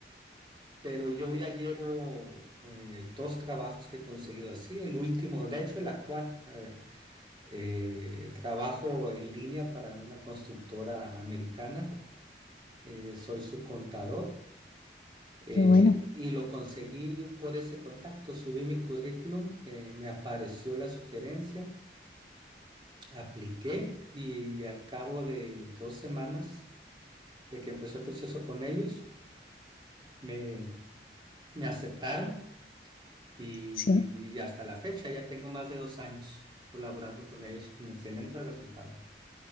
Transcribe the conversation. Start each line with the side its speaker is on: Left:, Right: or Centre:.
Right: Pero yo ya llevo eh, dos trabajos que he conseguido así, el último, de hecho el actual. eh, Eh, trabajo en línea para una constructora americana. Eh, soy su contador eh,
Left: qué bueno.
Right: y lo conseguí por ese contacto. Subí mi currículum, eh, me apareció la sugerencia, apliqué y al cabo de dos semanas de que empezó el proceso con ellos, me, me aceptaron y,
Left: Sí,
Right: y hasta la fecha ya tengo más de dos años colaborando con ellos con excelentes resultados.